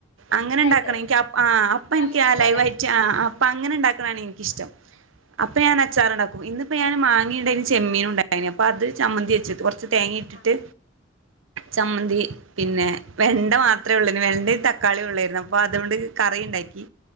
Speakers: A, on the left; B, on the right.
A: ഇൻസ്റ്റന്റ്
B: അങ്ങനെണ്ടാക്കണം
A: ആയിട്ട്
B: എൻക്ക ആഹ് അപ്പിൻക്ക്യാ
A: ചമ്മന്തി
B: ലൈവായ്-
A: പോലെ
B: റ്റാഅപ്പങ്ങനണ്ടാക്കിണാണിൻക്കിഷ്ടം അപ്പൊ ഞാനച്ചാറ്ണ്ടാക്കും ഇന്ന് ഇപ്പൊ ഞാന് മാങ്ങീണ്ടേനി ചെമ്മീനൂണ്ടായ്നി അപ്പത് ചമ്മന്തി വെച്ച്ട്ട് കൊർച്ച് തേങ്ങീട്ടിട്ട്
A: ആ
B: ചമ്മന്തി പിന്നെ വെണ്ട മാത്രേ ഒള്ളെനി വെണ്ടയും തക്കാളിയും ഒള്ളെര്ന്നു അപ്പൊ അതോണ്ട് കറിണ്ടാക്കി